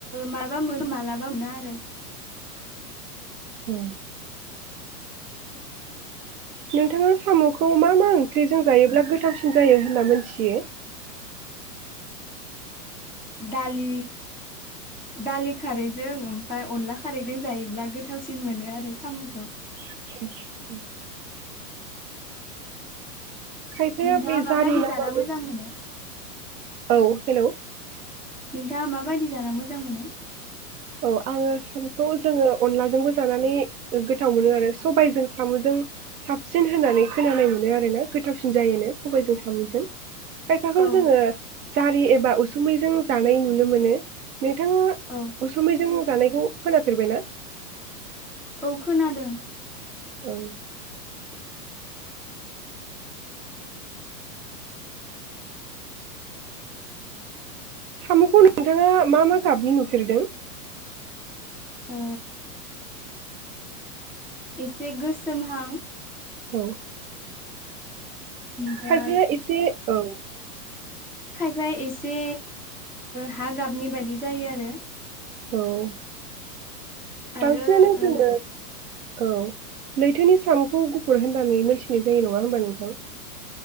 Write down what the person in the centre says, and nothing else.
माबा मोनो मा्लाबा मोना आरो <unintelligible>
दालि दालि खारैजों ओमफ्राय अनला खारैजों जायोब्ला गोथावसिन मोनो आरो साम'खौ।
नोंथाङा
माबायदि
जाना मोजां मोनो
नोंथाङा माबायदि जाना मोजां मोनो।
औ
औ।
औ खोनादों।
ओ। एसे गोसोमहां।
ओमफ्राय
खायफा एसे हा गाबनि बायदि जायो आरो।
आरो
ओ